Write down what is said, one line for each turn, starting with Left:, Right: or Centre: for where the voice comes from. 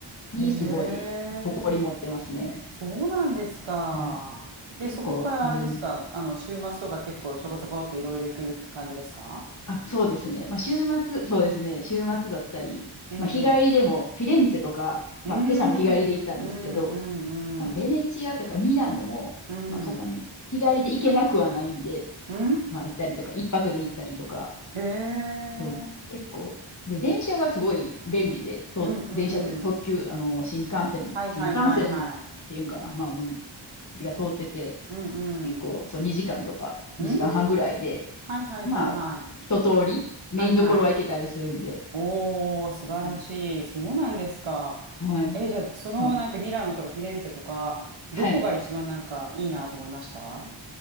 Left: に、
Right: へえ。
Left: すごい、誇り持ってますね。
Right: そうなんですか。
Left: はい。
Right: で、
Left: 結構、
Right: そこからあれですか。
Left: うん。
Right: あの、週末とか結構ちょこちょこっていろいろ行く感じですか
Left: あ、そうですね。まあ、週末、そうですね。週末だったり、
Right: うん
Left: まあ、日帰りでも、フィレンツェとか、
Right: うん。
Left: まあ、ペサも日帰りで行ったんですけど、
Right: うーん。うんうんうん。
Left: まあ、ベネチアとかミラノも、
Right: うん。
Left: まあ、片道、日帰りで行けなくはないんで、
Right: うー
Left: まあ、行ったりとか、一泊で行ったりとか、
Right: ん。へえ。
Left: そう結構、で、電車がすごい便利で、と電車っていうか特急、
Right: うんうん。
Left: あの、新幹線、
Right: はいはいはいはい。
Left: 新幹線っていうんかな、まあ、もうが通ってて、
Right: うんうん。
Left: 結構、そう、2時間とか、
Right: うん。
Left: 2時間半ぐらいで、
Right: はいはいはいはい。
Left: まあ、一通り、メインどころは行けたりするんで、
Right: はいはい。おー、素晴らしい。
Left: うん
Right: そうなんですか。
Left: はい。
Right: え、じゃあ、そのなんかミラノとかフィレンツェとか、
Left: うん
Right: どこが一番なんかいいなと思いました
Left: はい。